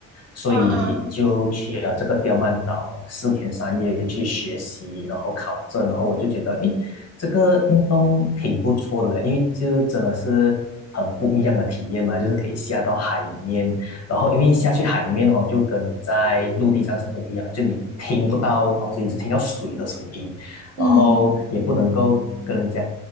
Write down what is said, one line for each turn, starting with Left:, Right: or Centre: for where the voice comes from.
Left: 所以就去了这个刁曼岛四天三夜去学习，
Right: 嗯嗯
Left: 然后考证，然后我就觉得，诶，这个运动挺不错的嘞，因为就真的是很不一样的体验嘛，就是可以下到海里面，然后因为下去海里面哦，就跟在陆地上是不一样的就你听不到东西，你只听到水的声音，
Right: 嗯
Left: 然后也不能够跟人家